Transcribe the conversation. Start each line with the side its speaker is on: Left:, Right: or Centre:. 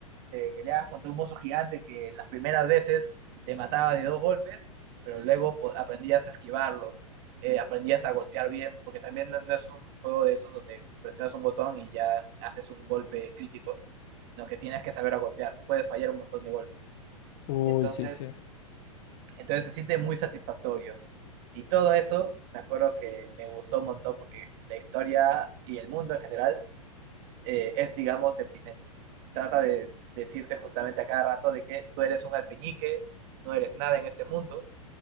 Right: Te peleabas contra un mozo gigante que las primeras veces te mataba de dos golpes, pero luego po- aprendías a esquivarlo, eh, aprendías a golpear bien, porque también no, no es un juego de esos donde presionas un botón y ya haces un golpe crítico, sino que tienes que saber a golpear, puedes fallar un montón de golpes.
Left: Uy,
Right: Entonces,
Left: sí, sí.
Right: entonces se siente muy satisfactorio. Y todo eso, me acuerdo que me gustó un montón porque la historia y el mundo en general eh, es, digamos, deprimente. trata de decirte justamente a cada rato de que tú eres un alfeñique, no eres nada en este mundo,